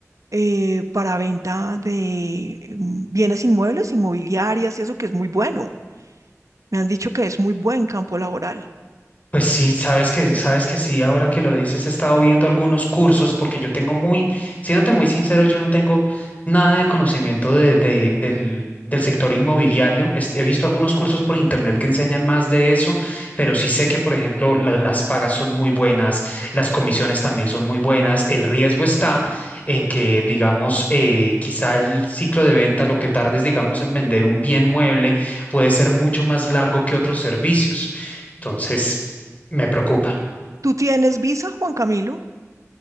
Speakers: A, on the right (about 80°); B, on the left (about 30°).
A: eh, para venta de mm, bienes inmuebles, inmobiliarias y eso que es muy bueno? Me han dicho que es muy buen campo laboral.
B: Pues sí, sabes que, sabes que sí, ahora que lo dices, he estado viendo algunos cursos porque yo tengo muy, siéndote muy sincero, yo no tengo nada de conocimiento de, de- del, del sector inmobiliario. Es- He visto algunos cursos por internet que enseñan más de eso, pero sí sé que, por ejemplo, la- las pagas son muy buenas, las comisiones también son muy buenas. El riesgo está en que, digamos, eh, quizá el ciclo de venta, lo que tardes, digamos, en vender un bien mueble, puede ser mucho más largo que otros servicios. Entonces... Me preocupa.
A: ¿Tú tienes visa, Juan Camilo?